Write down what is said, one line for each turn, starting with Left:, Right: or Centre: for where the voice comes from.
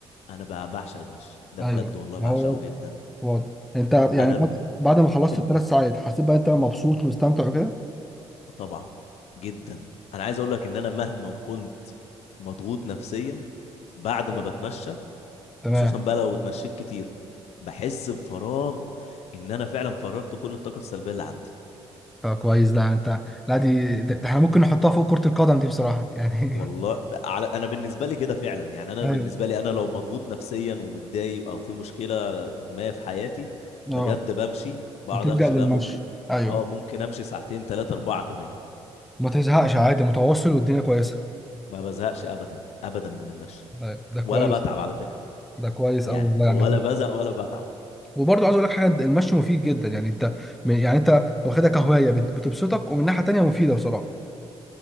Left: انا بقى بعشق المشي ده
Centre: ايوه
Left: بجد والله
Centre: ما
Left: بعشقه
Centre: هو
Left: جدا
Centre: واضح انت يعني
Left: انا
Centre: بعد
Left: ال...
Centre: بعد ما خلصت
Left: ال-
Centre: الثلاث ساعات حسيت بقى انت مبسوط ومستمتع وكده
Left: طبعا جدا انا عايز اقول لك ان انا مهما كنت مضغوط نفسيا بعد ما
Centre: أيوة.
Left: بتمشى
Centre: تمام
Left: خصوصا بقى لو اتمشيت كتير بحس بفراغ ان انا فعلا فرغت كل الطاقه السلبيه اللي عندي
Centre: طب كويس ده انت لا دي ده ده احنا ممكن نحطها فوق كرة القدم دي بصراحة يعني
Left: والله على انا بالنسبه لي كده فعلا يعني انا
Centre: <laughs> ايوه
Left: بالنسبه لي انا لو مضغوط نفسيا ومتضايق او في مشكله ما في حياتي بجد
Centre: اه
Left: بمشي بقعد
Centre: بتلجأ
Left: امشي
Centre: للمشي
Left: بقى ممكن
Centre: ايوه
Left: اه ممكن امشي ساعتين ثلاثه اربعه كمان
Centre: ما تزهقش عادي متواصل والدنيا كويسه
Left: ما بزهقش ابدا ابدا من المشي
Centre: ايوه ده كويس
Left: ولا بتعب على فكره
Centre: ده كويس قوي
Left: يعني
Centre: والله يعني
Left: ولا
Centre: هو
Left: بزهق ولا بتعب
Centre: وبرضه عايز اقول لك حاجه المشي مفيد جدا يعني انت يعني انت واخدها كهوايه بت- بتبسطك ومن ناحيه تانيه مفيده بصراحه